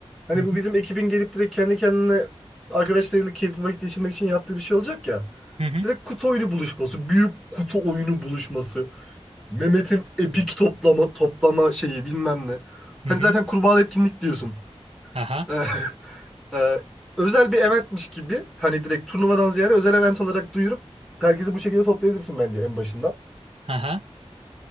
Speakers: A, in the centre; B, on the right.
A: Hani
B: Hı hı
A: bu bizim ekibin gelip direkt kendi kendine arkadaşlarıyla keyifli vakit geçirmek için yaptığı bir şey olacak ya.
B: hı hı.
A: Direkt kutu oyunu buluşması, büyük kutu oyunu buluşması, Mehmet'in epik toplama toplama şeyi bilmem ne. Hani
B: hı hı.
A: zaten kurbağa etkinlik diyorsun.
B: Aha,
A: <laughs> e, özel bir eventmiş gibi hani direkt turnuvadan ziyade özel event olarak duyurup herkesi bu şekilde toplayabilirsin bence en başından.
B: aha.